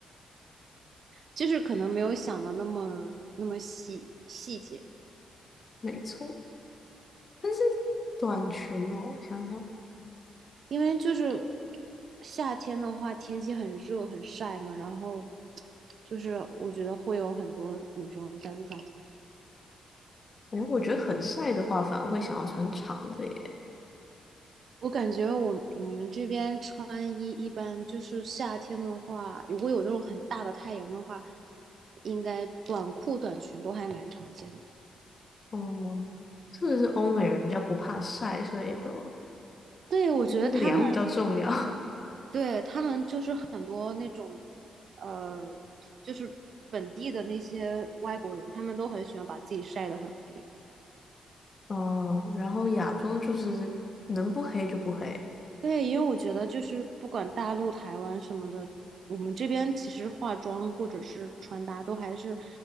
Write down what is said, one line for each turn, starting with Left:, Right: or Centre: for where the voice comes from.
Right: 就是可能没有想的那么那么细细节。
Left: 没错。但是短裙哦，想想，
Right: 因为就是夏天的话，天气很热很晒嘛，然后就是我觉得会有很多女生在路上穿的。
Left: 哎，我觉得很晒的话，反而会想要穿长的耶。
Right: 我感觉我我们这边穿衣一般就是夏天的话，如果有那种很大的太阳的话，应该短裤短裙都还蛮常见的。
Left: 嗯，是不是欧美人比较不怕晒，所以就
Right: 对，我觉得他们
Left: 还是凉比较重要。<laughs>
Right: 对他们就是很多那种，呃，就是本地的那些外国人，他们都很喜欢把自己晒得很黑。
Left: 嗯，然后亚洲就是能不黑就不黑，
Right: 对，因为我觉得就是不管大陆、台湾什么的，我们这边其实化妆或者是穿搭都还是，